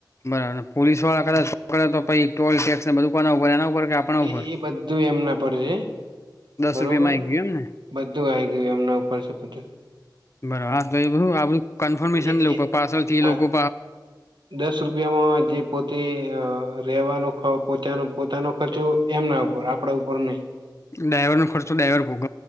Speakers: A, on the left; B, on the right.
A: બરાર પોલીસ વાળા કદાચોકે તો પછ ટોલ ટેક્સને બધું કોના ઉપર એના ઉપર કે આપણા
B: એ
A: ઉપર
B: એ બધું એમના પર છે
A: દસ
B: બરોબર
A: રૂપિયામાં આવી ગયું એમ ને
B: બધું આવી ગયું એમના ઉપર છે બધું
A: બરાબ આધું કન્ફર્મેશન
B: એ એ
A: પાર્સલ થી
B: આ
A: લોકો
B: દસ રૂપિયામાં જે પોતે રવાનો પોતાનો પોતાનો ખર્ચો એમના ઉપર આપડા ઉપર નહી
A: ડાયવર ન ખર્ચ ડાયવર ભોગ